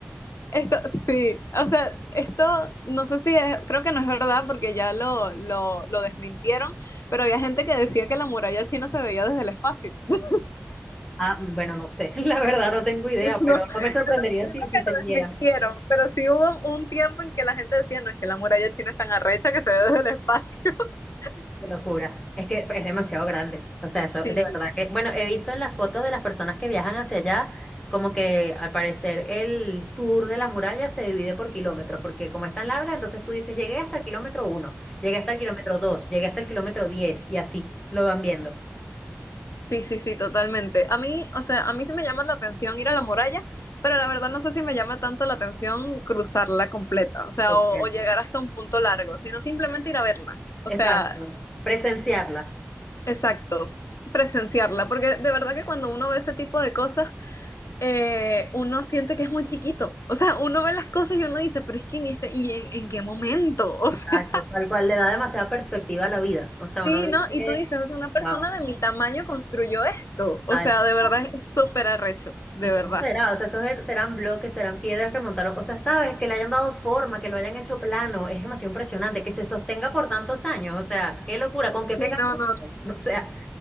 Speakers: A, on the left (about 85°); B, on the left (about 15°).
A: Esto, sí, o sea, esto no sé si es, creo que no es verdad porque ya lo, lo, lo desmintieron, pero había gente que decía que la muralla china se veía desde el espacio. <laughs>
B: Ah, bueno, no sé, <laughs> la verdad no tengo idea,
A: No, yo,
B: pero
A: creo-
B: no me sorprendería
A: yo
B: si,
A: creo
B: si
A: que
B: se
A: lo
B: viera.
A: desmintieron, pero sí hubo un tiempo en que la gente decía, no, es que la muralla china es tan arrecha que se ve desde el espacio. <laughs>
B: Qué locura. Es que es demasiado grande. O sea, eso, de
A: Sí, sí.
B: verdad que, bueno, he visto en las fotos de las personas que viajan hacia allá, como que al parecer el tour de la muralla se divide por kilómetros, porque como es tan larga, entonces tú dices, llegué hasta el kilómetro uno, llegué hasta el kilómetro 2, llegué hasta el kilómetro diez y así lo van viendo.
A: Sí, sí, sí, totalmente. A mí, o sea, a mí sí me llama la atención ir a la muralla, pero la verdad no sé si me llama tanto la atención cruzarla completa, o sea,
B: Ok.
A: o, o llegar hasta un punto largo, sino simplemente ir a verla. O
B: Exacto.
A: sea,
B: Presenciarla.
A: exacto, presenciarla, porque de verdad que cuando uno ve ese tipo de cosas, eh, uno siente que es muy chiquito. O sea, uno ve las cosas y uno dice, pero es que en este, ¿y en, en qué momento? <laughs>
B: Exacto, tal cual le da demasiada perspectiva a la vida. O
A: O sea,
B: sea, uno
A: sí,
B: dice,
A: ¿no? Y tú dices, o sea, una persona
B: wow,
A: de mi tamaño construyó esto. O
B: tal,
A: sea, de verdad
B: tal.
A: es súper arrecho, de
B: ¿Y cómo
A: verdad.
B: será? O sea, esos er- serán bloques, serán piedras que montaron. O sea, sabes, que le hayan dado forma, que lo hayan hecho plano. Es demasiado impresionante, que se sostenga por tantos años. O sea, qué locura, ¿con qué pegas?
A: Sí, no, no,
B: O sea,